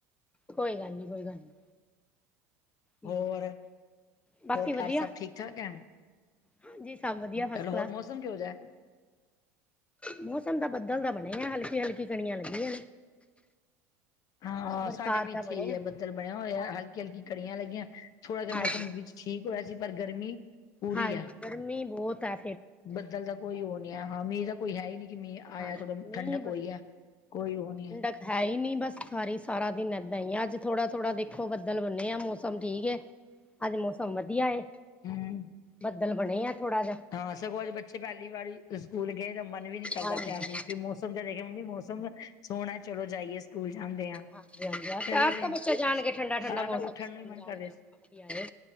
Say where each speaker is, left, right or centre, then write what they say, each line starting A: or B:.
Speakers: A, on the left; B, on the left.
A: ਕੋਈ ਗੱਲ ਨੀ, ਕੋਈ ਗੱਲ ਨੀ।
B: ਹੋਰ,
A: ਹਮ ਬਾਕੀ
B: ਹੋਰ
A: ਵਧੀਆ
B: ਘਰ ਸਭ ਠੀਕ-ਠਾਕ ਐ?
A: ਹਾਂਜੀ ਸਭ ਵਧੀਆ ਫਸਟ
B: ਚੱਲੋ
A: ਕਲਾਸ
B: ਹੋਰ ਮੌਸਮ ਕਿਹੋ ਜਯਾ ਐ?
A: ਮੌਸਮ ਤਾਂ ਬੱਦਲ ਦਾ ਬਣੇਆ ਹਲਕੀ-ਹਲਕੀ ਕਣੀਆਂ ਲੱਗੀਆਂ ਨੇ।
B: ਹਾਂ
A: ਬਰਸਾਤ
B: ਸਾਡੇ ਵੀ ਇੱਥੇ
A: ਦਾ ਬਣੇ
B: ਏਈ
A: ਆ
B: ਐ, ਬੱਦਲ ਬਣਿਆ ਹੋਏਆ ਹਲਕੀ-ਹਲਕੀ ਕਨੀਆ ਲੱਗੀਆਂ ਥੋੜਾ ਜਾ ਮੌਸਮ
A: ਹਾਂਜੀ
B: ਵਿੱਚ ਠੀਕ ਹੋਏਆ ਸੀ ਪਰ ਗਰਮੀ ਪੂਰੀ
A: ਹਾਂਜੀ,
B: ਹੈ
A: ਗਰਮੀ ਬੋਤ ਐ।
B: ਬੱਦਲ ਦਾ ਕੋਈ ਓ ਨੀ ਆ ਹਾਂ ਮੀਂ ਦਾ ਕੋਈ ਹੈ ਈ ਨੀ ਕਿ ਮੀਂ ਆਇਆ,
A: ਹਾਂਜੀ
B: ਥੋੜੀ
A: ਨਹੀਂ
B: ਠੰਡਕ ਹੋਈ ਆ ਕੋਈ ਓ ਨੀ
A: ਠੰਡਕ
B: ਐ।
A: ਹੈ ਈ ਨੀ, ਬਸ ਸਾਰੀ ਸਾਰਾ ਦਿਨ ਏਦਾਂ ਈ ਆ, ਅੱਜ ਥੋੜਾ-ਥੋੜਾ ਦੇਖੋ, ਬੱਦਲ ਬਨੇਆ, ਮੌਸਮ ਠੀਕ ਏ। ਅੱਜ ਮੌਸਮ ਵਦੀਆ ਏ,
B: ਹਮ
A: ਬੱਦਲ ਬਣੇਆ ਥੋੜਾ ਜਾ।
B: ਹਾਂ ਸਗੋਂ ਅੱਜ ਬੱਚੇ ਪੈਲੀ ਵਾਰੀ ਸਕੂਲ ਗਏ ਤਾਂ ਮਨ ਵੀ ਨੀ ਕਰਦਾ
A: ਹਾਂਜੀ
B: ਪਯਾ ਸੀ ਫਿਰ ਮੌਸ ਸਮ ਜੇ ਦੇਖੇਆ, ਮੰਮੀ ਮੌਸਮ ਸੋਣਾ ਐ ਚੱਲੋ ਜਾਈਏ। ਸਕੂਲ ਜਾਂਦੇ ਆਂ,
A: ਹਾਂਜੀ ਹਾਂਜੀ
B: ਚੱਲੇ
A: ਆਪ
B: ਗਏ
A: ਤਾਂ ਬੱਚਾ ਜਾਣ ਕੇ ਠੰਡਾ ਠੰਡਾ
B: ਪੈਲਾਂ
A: ਮੌਸਮ
B: ਤਾਂ ਉੱਠਣ
A: ਸਕੂਲ
B: ਨੂੰ ਈ ਮਨ
A: ਜਾਣ
B: ਕਰ ਰਯਾ
A: ਗਿਆ
B: ਸੀ।
A: ਵਧੀਆ ਏ